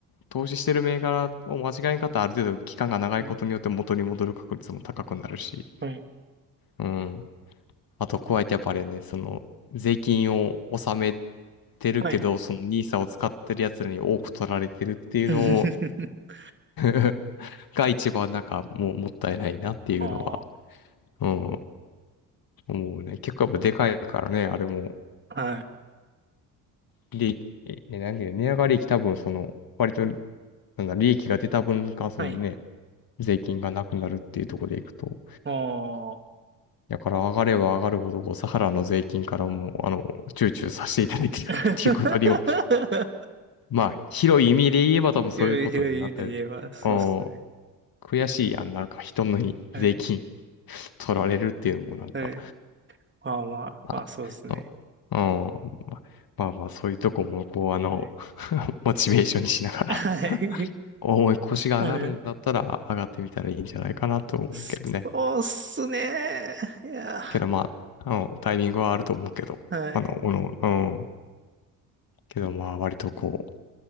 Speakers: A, on the left; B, on the right.
A: 投資してる銘柄を間違えんかったらある程度期間が長いことによって元に戻る確率も高くなるし、
B: はいはい。
A: うん。あと、加えてやっぱあれやね、その、税金を納めてるけど、
B: はい。
A: そのニーサを使ってる奴らに多く取られてるっていうのを
B: <laughs>
A: <laughs> が一番なんかもうもったいないなっていうのは、
B: あ
A: うん、思うね。結構やっぱでかいからね、あれも。
B: あ。はい。
A: 利益、え、えなんていうの、値上がり益多分その、割と、なんだ、利益が出た分に関するね、
B: はい。
A: 税金がなくなるっていうところでいくと、
B: ああ。
A: だから上がれば上がるほど、こう、サハラの税金からもう、あの、躊躇させていただいているっていうことにも、
B: <laughs>
A: まあ、広い意味で言えば多分そういうことになった。
B: 広い広い意味で言えば、そうですね。
A: おー悔しいやん、なんか人のに税金
B: はい。
A: 取られるっていうのもなんか、
B: はい。まあまあ、
A: ま
B: まあそうですね。
A: あ、うん、うんまあまあまあ、そういうとこも、こう、あの、
B: はい。
A: <laughs> モチベーションにしながら
B: はい。
A: 重い腰が上がるんだったら上がってみたらいいんじゃないかなと思うけどね。
B: はい。そうっすね。いや、
A: けどまあ、あの、タイミングはあると思うけど、
B: はい。
A: あの、おの、うん。けどまあ割とこう、